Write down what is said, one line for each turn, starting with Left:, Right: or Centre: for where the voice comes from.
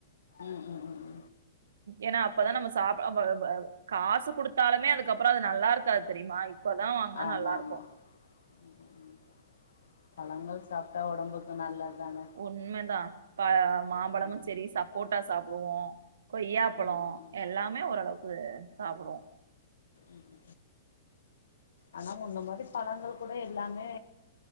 Left: ம் ம் ம் ம்
Right: ஏன்னா அப்பதா நம்ம சாப்டா பர ப காசு குடுத்தாலுமே அதுக்கப்றோ அது நல்லா இருக்காது தெரியுமா இப்பதா வாங்கனா
Left: ஆமா
Right: நல்லா
Left: ஆமா
Right: இருக்கு
Left: ம் ம் ம் பழங்கள் சாப்டா ஒடம்புக்கு நல்லது தானே
Right: உண்மதா பழ மாம்பழமும்
Left: ம்
Right: செரி சப்போட்டா சாப்டுவோ கொய்யாப்பழோ
Left: ம் ம் ம் ம்
Right: எல்லாமே ஓரளவுக்கு சாப்புடுவோ
Left: ம்ம்ம் ஆனா முன்ன மாரி பழங்கள் கூட எல்லாமே